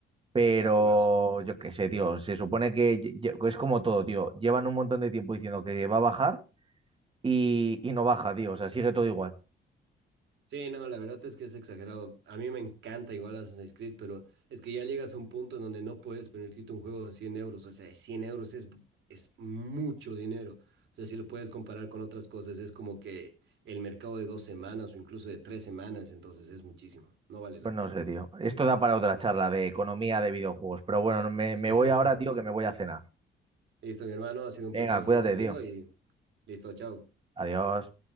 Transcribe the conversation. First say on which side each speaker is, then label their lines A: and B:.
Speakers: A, on the right; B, on the right.
A: pero
B: jugazo.
A: yo qué sé, tío. Se supone que lle- lle- es como todo, tío. Llevan un montón de tiempo diciendo que va a bajar y, y no baja, tío. O sea, sigue todo igual.
B: Sí, no, la verdad es que es exagerado. A mí me encanta igual Assassin's Creed, pero es que ya llegas a un punto en donde no puedes permitirte un juego de 100 euros. O sea, 100 euros es, es mucho dinero. O sea, si lo puedes comparar con otras cosas, es como que el mercado de dos semanas o incluso de tres semanas, entonces es muchísimo. No vale
A: Pues
B: la
A: no
B: pena.
A: sé, tío. Esto da para otra charla de economía de videojuegos, pero bueno, no- me,
B: <laughs>
A: me voy ahora, tío, que me voy a cenar.
B: Listo, mi hermano, ha sido un
A: Venga,
B: placer hablar
A: cuídate,
B: contigo
A: tío.
B: y listo, chao.
A: Adiós.